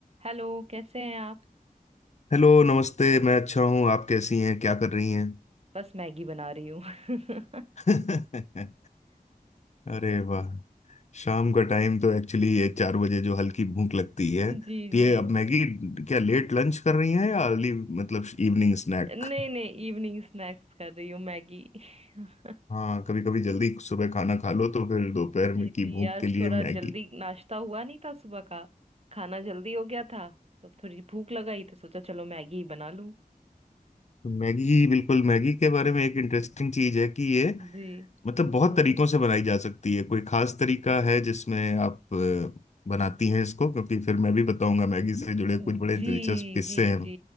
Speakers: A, on the right (about 40°); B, on the left (about 50°).
A: हेलो कैसे हैं आप
B: Hello नमस्ते मैं अच्छा हूँ आप कैसी हैं क्या कर रही हैं
A: बस मैगी बना रही हूँ <laughs>
B: <laughs> अरे वाह शाम का टाइम
A: जी।
B: तो एक्चुअली ये चार बजे जो हल्की भूख लगती है तो
A: जी जी
B: ये अब मैगी क्या लेट लंच कर रही हैं या अर्ली मतलब इवनिंग स्नैक
A: नहीं नहीं इवनिंग स्नैक्स कर रही हूँ मैगी <laughs>
B: हाँ कभी कभी जल्दी सुबह खाना खा लो तो फिर दोपहर
A: जी जी
B: में की
A: जी
B: भूख
A: <laughs> आज
B: के लिए
A: थोड़ा
B: मैगी
A: जल्दी नाश्ता हुआ नहीं था सुबह का खाना जल्दी हो गया था तो अब थोड़ी भूख लगाई तो सोचा चलो मैगी ही बना लूँ
B: तो मैगी बिल्कुल मैगी के बारे में एक इंटरेस्टिंग चीज है कि ये
A: जी
B: मतलब बहुत तरीकों से बनाई जा सकती है कोई खास तरीका है जिसमें आप अ, बनाती हैं इसको क्योंकि फिर मैं भी बताऊंगा मैगी से जुड़े कुछ
A: जी
B: बड़े दिलचस्प किस्से
A: जी
B: हैं
A: जी